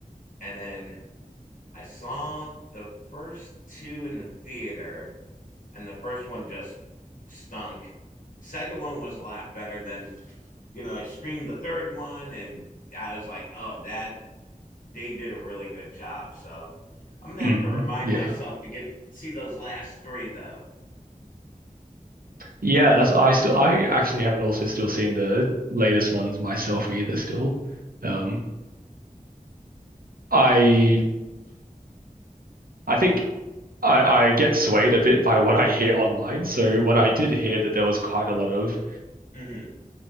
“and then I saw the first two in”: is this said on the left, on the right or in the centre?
Left